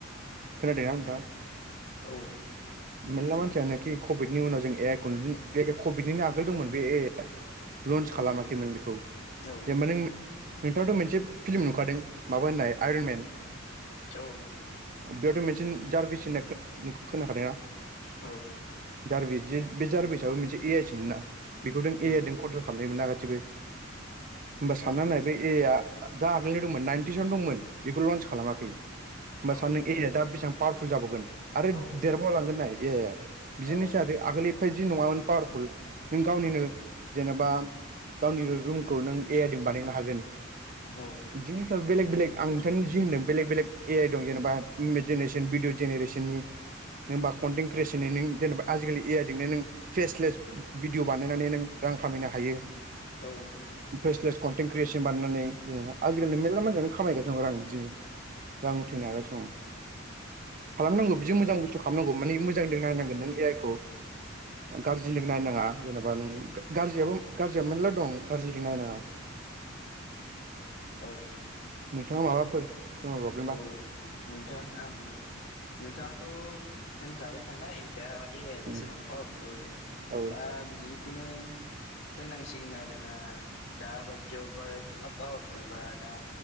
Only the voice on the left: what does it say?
औ।
औ
औ
औ नुदों।
औ।
उम
औ
औ
उम
औ औ
औ।
औ।
औ।
औ नोंथां आं नोंथाङाथ' होनखाबाय नालाय दा ए
बेसेबां पावारफुल
दा बिदिखौनो होननांसिगोन आरोना दा बायदियावबो एफा पावारफुलबा दा